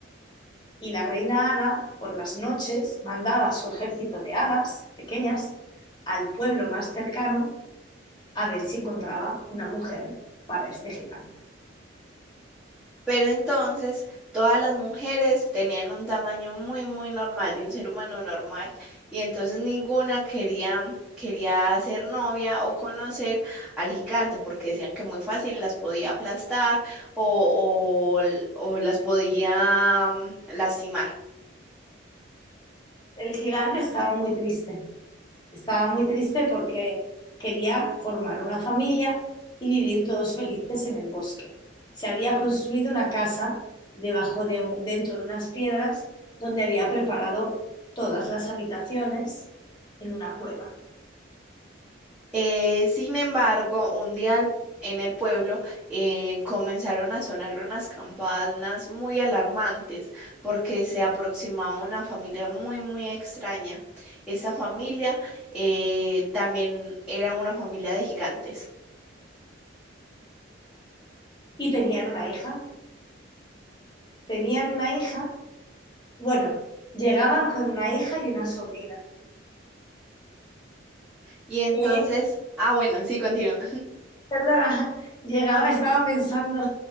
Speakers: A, on the left; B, in the centre.
A: y la reina hada por las noches mandaba a su ejército de hadas pequeñas al pueblo más cercano a ver si encontraba una mujer para este gigante.
B: Pero entonces todas las mujeres tenían un tamaño muy, muy normal de un ser humano normal y entonces ninguna quería, quería ser novia o conocer al gigante porque decían que muy fácil las podía aplastar o, o, o las podía mm, lastimar.
A: El gigante estaba muy triste Estaba muy triste porque quería formar una familia y vivir todos felices en el bosque. Se había construido una casa debajo de un- dentro de unas piedras donde había preparado todas las habitaciones en una cueva.
B: Eh, sin embargo, un día al- en el pueblo eh, comenzaron a sonar unas campanas muy alarmantes porque se aproximaba una familia muy, muy extraña. Esta familia eh, también era una familia de gigantes.
A: Y tenían una hija. Tenían una hija, bueno, llegaban con una hija y una sobrina.
B: Y entonces,
A: Eh,
B: ah, bueno, sí, continúa.
A: ¿Verdad? <laughs> Llegaba, estaba pensando,